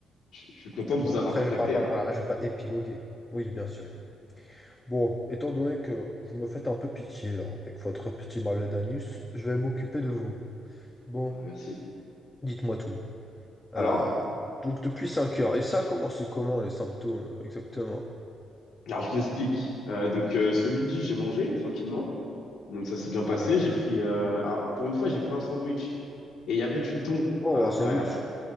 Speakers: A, on the left; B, on the left.
A: je je suis content de
B: bon,
A: vous avoir
B: après,
A: contacté
B: je vais pas, pas-
A: alors.
B: je vais pas épiloguer. Oui, bien sûr.
A: D'accord.
B: Bon, étant donné que vous me faites un peu pitié, là, avec votre petit mal d'anus, je vais m'occuper de vous. Bon,
A: Ah, merci.
B: dites-moi tout. Euh,
A: Alors,
B: donc, depuis 5 heures. Et ça, comment c'est comment les symptômes, exactement?
A: alors, je vous explique. Euh, donc, euh, ce midi, j'ai mangé tranquillement. Donc, ça s'est bien passé.
B: Ouais,
A: J'ai
B: ouais.
A: pris, euh, alors, pour une fois, j'ai pris un sandwich. Et il y avait du thon
B: Oh,
A: à l'intérieur.
B: un sandwich.